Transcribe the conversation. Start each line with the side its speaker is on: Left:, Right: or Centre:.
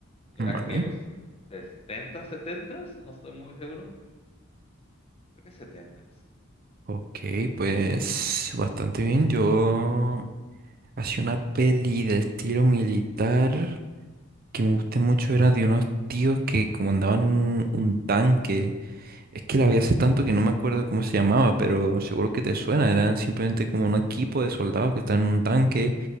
Left: era
Right: Vale.
Left: que los 60 70, no estoy muy seguro, creo que 70.
Right: Ok, pues bastante bien. Yo hacía una peli de estilo militar. que me gusté mucho era de unos tíos que comandaban un, un tanque. Es que la vi hace tanto que no me acuerdo cómo se llamaba, pero seguro que te suena. Era simplemente como un equipo de soldados que está en un tanque